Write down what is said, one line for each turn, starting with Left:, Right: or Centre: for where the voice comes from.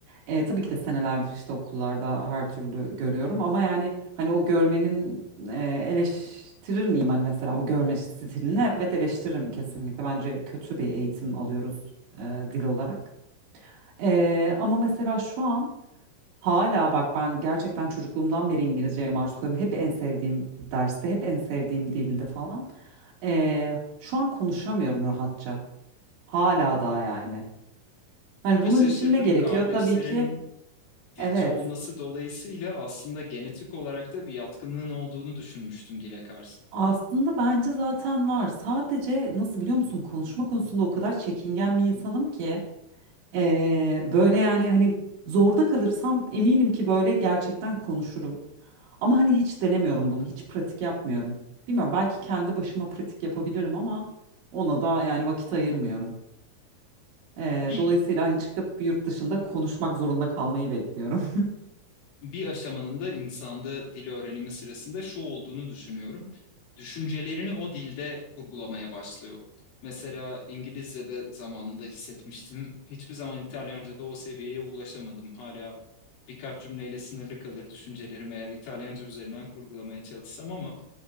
Right: E, tabii ki de senelerdir işte okullarda her türlü görüyorum ama yani hani o görmenin e, eleştirir miyim hani mesela o görme stilini? Evet eleştiririm kesinlikle. Bence kötü bir eğitim alıyoruz e, dil olarak. E, ama mesela şu an hala bak ben gerçekten çocukluğumdan beri İngilizceye maruz kalıyorum. Hep en sevdiğim derste, hep en sevdiğim dildi falan. E, şu an konuşamıyorum rahatça. Hala daha yani. Hani
Left: Buna
Right: bunun
Left: şaşırdım.
Right: için ne gerekiyor?
Left: Kardeşlerinin
Right: Tabii ki
Left: dilci
Right: evet.
Left: olması dolayısıyla aslında genetik olarak da bir yatkınlığın olduğunu düşünmüştüm dile karşı.
Right: Aslında bence zaten var. Sadece nasıl biliyor musun? Konuşma konusunda o kadar çekingen bir insanım ki. eee, böyle yani hani zorda kalırsam eminim ki böyle gerçekten konuşurum. Ama hani hiç denemiyorum bunu. Hiç pratik yapmıyorum. Bilmiyorum belki kendi başıma pratik yapabilirim ama ona da yani vakit ayırmıyorum. Eee,
Left: Bir
Right: dolayısıyla hani çıkıp bir yurt dışında konuşmak zorunda kalmayı bekliyorum.
Left: bir aşamanın da insanda dil öğrenimi sırasında şu olduğunu düşünüyorum. Düşüncelerini o dilde kurgulamaya başlıyor. Mesela İngilizce'de zamanında hissetmiştim. Hiçbir zaman İtalyanca'da o seviyeye ulaşamadım. Hala birkaç cümleyle sınırlı kalır düşüncelerimi eğer İtalyanca üzerinden kurgulamaya çalışsam ama